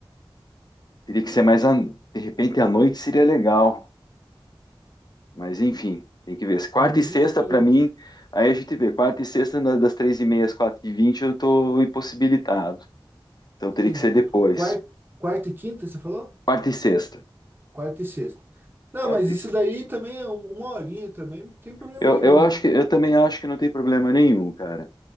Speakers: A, on the left (about 45°); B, on the right (about 20°).
A: teria que ser mais. A... De repente, à noite seria legal. Mas enfim, tem que ver. Quarta
B: Mas
A: e sexta,
B: Enfim,
A: para
B: né?
A: mim, aí a gente vê. Quarta e sexta, na- das três e meia às quatro e vinte, eu estou impossibilitado. Então teria
B: Sim.
A: que ser depois.
B: Quarta, quarta e quinta, você falou?
A: Quarta e sexta.
B: Quarta e sexta. Não,
A: Quarta
B: mas isso
A: e... se-
B: daí também é um- uma horinha também, não tem problema
A: Eu,
B: nenhum,
A: eu
B: né?
A: acho que eu também acho que não tem problema nenhum, cara.